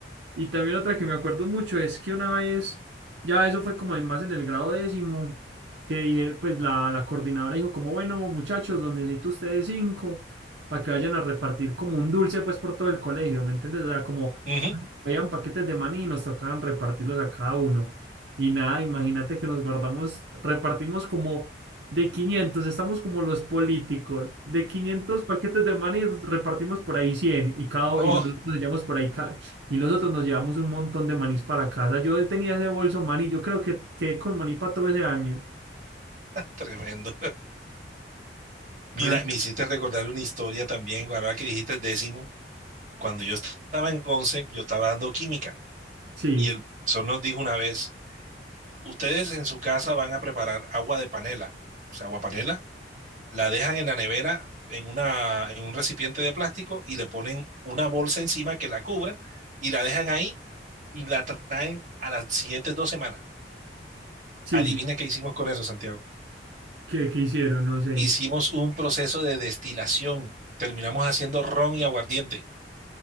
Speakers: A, on the right; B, on the right.
A: y también otra que me acuerdo mucho es que una vez, ya eso fue como en más en el grado décimo, que eh, pues la, la coordinadora dijo como, bueno, muchachos, los necesito ustedes cinco para que vayan a repartir como un dulce pues por todo el colegio, ¿me entiendes? O sea, como
B: Ujú.
A: habían paquetes de maní y nos tocaban repartirlos a cada uno. Y nada, imagínate que nos guardamos, repartimos como de 500 estamos como los políticos, de 500 paquetes de maní repartimos por ahí 100 y cada
B: Oh,
A: y los otros llevamos por ahí y nosotros nos llevamos un montón de manís para casa. Yo tenía ese bolso maní, yo creo que quedé con maní para todo ese año.
B: tremendo. Mira,
A: Ay,
B: me hiciste recordar una historia también, ahora que dijiste décimo, cuando yo estaba en 11 yo estaba dando química
A: Sí,
B: y el profesor nos dijo una vez, Ustedes en su casa van a preparar agua de panela, o sea, agua panela, la dejan en la nevera en una, en un recipiente de plástico y le ponen una bolsa encima que la cubra y la dejan ahí y la traen a las siguientes dos semanas.
A: sí,
B: Adivina
A: sí.
B: qué hicimos con eso, Santiago.
A: ¿Qué, qué hicieron? No sé.
B: Hicimos un proceso de destilación. Terminamos haciendo ron y aguardiente